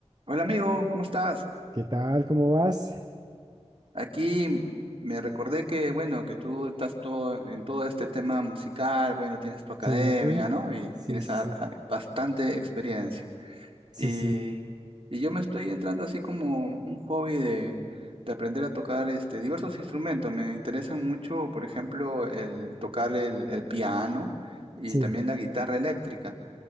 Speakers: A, on the right; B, on the right.
A: Hola amigo, ¿cómo estás?
B: ¿Qué tal? ¿Cómo vas?
A: Aquí me recordé que, bueno, que tú estás todo, en todo este tema musical, bueno, tienes tu academia,
B: Sí,
A: ¿no? Y
B: sí,
A: tienes
B: sí,
A: a-
B: sí,
A: a- bastante experiencia.
B: sí,
A: Y,
B: sí,
A: y yo me estoy entrando así como un hobby de, de aprender a tocar este, diversos instrumentos. Me interesan mucho, por ejemplo, el tocar el, el piano y
B: sí,
A: también la guitarra eléctrica.